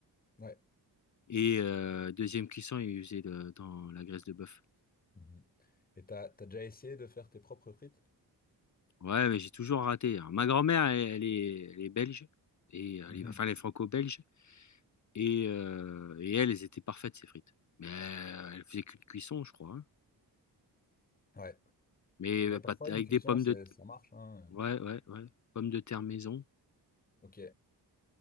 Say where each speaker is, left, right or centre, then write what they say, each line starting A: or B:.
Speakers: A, on the left; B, on the left.
A: Ouais.
B: Et euh, deuxième cuisson, il faisait de- dans la graisse de bœuf.
A: Mhm. Et t'as, t'as déjà essayé de faire tes propres frites?
B: Ouais, mais j'ai toujours raté. Alors, ma grand-mère, elle, elle est, elle est belge, et, elle
A: Mhm.
B: est- enfin, elle est franco-belge, et, euh, et elle, elles étaient parfaites, ces frites. Mais euh, elle faisait qu'une cuisson, je crois. hein.
A: Ouais.
B: Mais euh,
A: Mais
B: pas,
A: parfois
B: avec
A: une cuisson,
B: des pommes
A: c'est-
B: de...
A: ça marche, hein.
B: Ouais, ouais, ouais. Pommes de terre maison.
A: Ok.